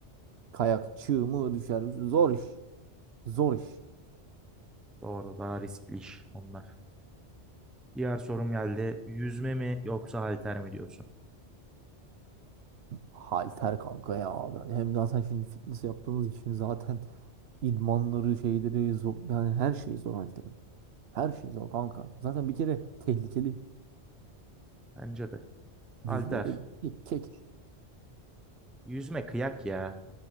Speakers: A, on the right; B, in the centre.
A: Kayak çığ mı düşer. Zor iş. Zor iş.
B: Doğru daha riskli iş onlar. Diğer sorum geldi. Yüzme mi yoksa halter mi diyorsun?
A: Halter kanka ya abi. Hem zaten şimdi fitness yaptığımız için zaten idmanları, şeyleri zor. Yani her şey zor halterin. Her şey zor kanka. Zaten bir kere tehlikeli.
B: Bence de.
A: Yüzme
B: Halter.
A: de kek.
B: Yüzme kıyak ya.